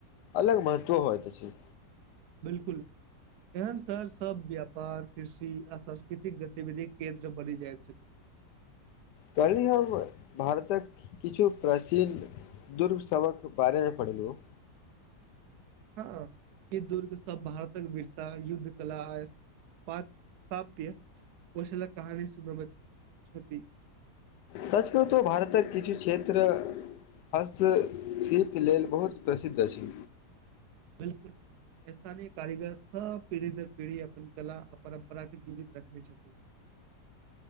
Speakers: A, on the left; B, on the right.
A: अलग महत्व होइ प छै
B: बिलकुल एहन शहर सब व्यापार कृषि आ सांस्कृतिक गतिविधिक केन्द्र बनि जाइत छथि
A: कहली हम भारतक किछु प्राचीन दुर्सक बारेमे पढ़लू
B: हँ य दुर्ग सब भारतक वीरता युद्ध कला स्थाप्य कुशलक कहानी सुनाबैत
A: सच्च कहु त भारतक कृषि क्षेत्र हस्तशिल्प लेल बहुत प्रसिद्ध अछि
B: बिलकुल स्थानीय कारीगर सब पीढ़ी दर पीढ़ी अपन कला परम्परा के जीवित रखने छथिन